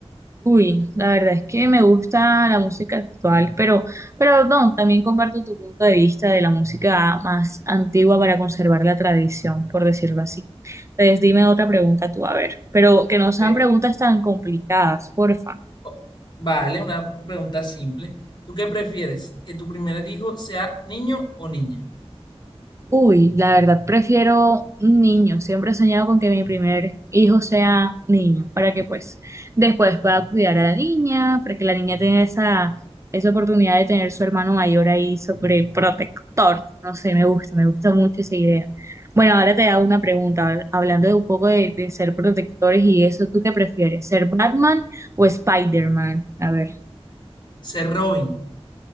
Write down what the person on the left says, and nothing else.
Eh,
o- vale, una pregunta simple. ¿Tú qué prefieres? ¿Que tu primer hijo sea niño o niña?
Ser Robin.